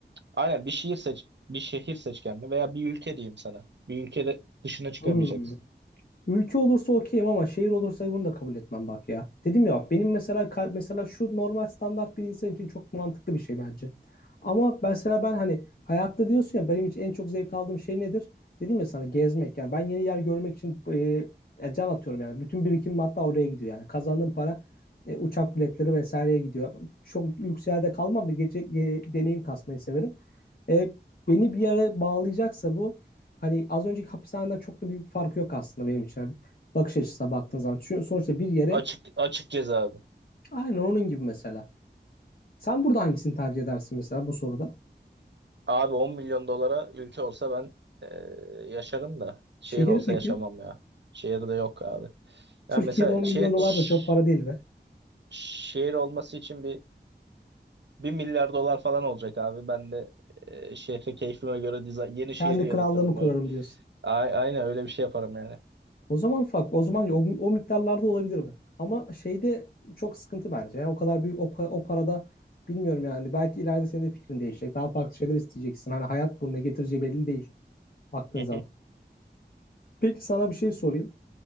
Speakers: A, on the right; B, on the left.
A: Aynen bir şehir seç bir şehir seç kendine veya bir ülke diyeyim sana. Bir ülkede dışına çıkamayacaksın.
B: Hmm. Ülke olursa okeyim ama şehir olursa bunu da kabul etmem bak ya. Dedim ya benim mesela ka- mesela şu normal standart bir insan için çok mantıklı bir şey bence. Ama mesela ben hani hayatta diyorsun ya benim için en çok zevk aldığım şey nedir? Dedim ya sana gezmek yani ben yeni yer görmek için e, e, can atıyorum yani. Bütün birikimim hatta oraya gidiyor yani. Kazandığım para e, uçak biletleri vesaireye gidiyor. Çok lüks yerde kalmam da gece e, deneyim kasmayı severim. E, beni bir yere bağlayacaksa bu hani az önceki hapishaneden çok da büyük bir farkı yok aslında benim için. Bakış açısına baktığın zaman. Çünkü sonuçta bir yere
A: Açık açık ceza abi.
B: aynen onun gibi mesela. Sen burada hangisini tercih edersin mesela bu soruda?
A: Abi 10 milyon dolara ülke olsa ben e, yaşarım da şehir
B: Şehir
A: olsa
B: peki?
A: yaşamam ya. Şehirde yok abi.
B: Türkiye'de
A: Yani mesela
B: 10
A: şey,
B: milyon dolar
A: ş-
B: da çok para değil be.
A: şehir olması için bir 1 milyar dolar falan olacak abi. Ben de e, şehri keyfime göre diza yeni
B: Kendi
A: şehri yaratırım.
B: krallığımı kurarım
A: Öyle,
B: diyorsun.
A: a- aynen öyle bir şey yaparım yani.
B: O zaman fark, o zaman o, o miktarlarda olabilir mi? Ama şeyde çok sıkıntı bence ya. O kadar büyük o, pa- o parada bilmiyorum yani. Belki ileride senin de fikrin değişecek. Daha farklı şeyler isteyeceksin. Hani hayat bunu ne getireceği belli değil baktığın
A: Hı
B: zaman.
A: hı.
B: Peki sana bir şey sorayım.